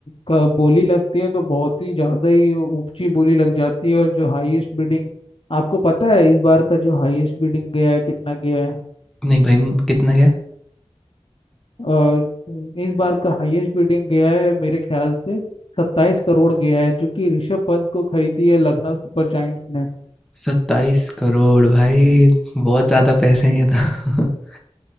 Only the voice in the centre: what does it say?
नहीं भाई कितना गया
सत्ताईस करोड़ भाई बहुत ज़्यादा पैसे हैं ये तो <laughs>